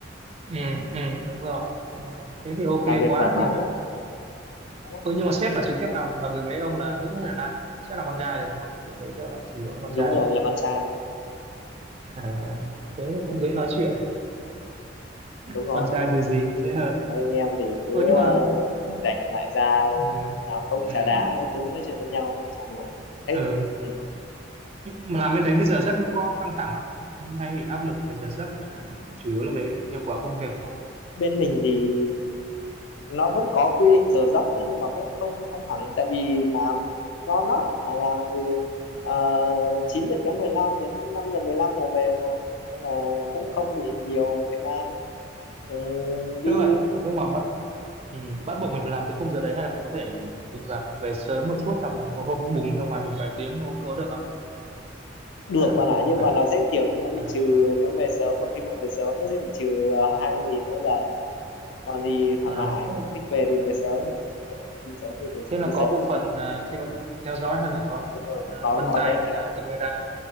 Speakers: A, on the right; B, on the left.
A: Ừ.
B: Ừ.
A: Ừ. đúng rồi Đúng rồi. thế thì ok
B: làm việc
A: quá
B: thoải mái
A: gì nữa
B: lắm thoải mái lắm.
A: ừ, nhưng mà sếp mà trực tiếp làm làm việc với ông là nữ hay là nam chắc là con trai thì đúng không bên đấy chắc là chủ yếu là con
B: đúng
A: trai
B: rồi là con trai mà.
A: à, thế thì cũng dễ nói chuyện
B: đúng rồi
A: con trai
B: mấy,
A: dù gì cũng dễ hơn
B: mấy anh em thì cứ
A: ừ nhưng mà
B: ờ, rảnh rảnh lại ra
A: ừ,
B: làm cốc
A: ừ,
B: trà đá các thứ nói chuyện với nhau trao đổi thích
A: ừ.
B: ừ.
A: Mà làm bên đấy cái giờ giấc nó có căng thẳng không có hay bị áp lực về giờ giấc hay là chủ yếu là về hiệu quả công việc thôi
B: bên mình thì nó vẫn có quy định giờ giấc đấy nhưng mà cũng không căng thẳng tại vì làm ngon lắm phải làm từ uh, 9 giờ kém 15 đến 5 giờ 15 là về rồi nên là cũng không bị nhiều thời gian ừ, đi
A: tức là lúc mà bắt ừ, bắt buộc mình phải làm tới khung giờ đấy hay là mình có thể thỉnh thoảng về sớm một chút hoặc là có hôm bùng ra ngoài một vài tiếng không có được không
B: được
A: hay là bắt
B: bạn ạ
A: buộc ông
B: nhưng
A: phải
B: mà nó sẽ kiểu như nó bị
A: ờ,
B: trừ nếu về sớm hoặc đi muộn về sớm nó sẽ bị trừ à, hai mươi nghìn mỗi lần còn thì thoải
A: à,
B: mái
A: thế
B: thích về thì về sớm thì về sớm đi sớm thì về,
A: Thế là
B: đi
A: có
B: sớm
A: bộ
B: thôi
A: phận à, theo theo dõi hay là có
B: Đúng rồi.
A: à,
B: có
A: vân
B: có
A: tay
B: cái
A: hay
B: kiểu
A: là camera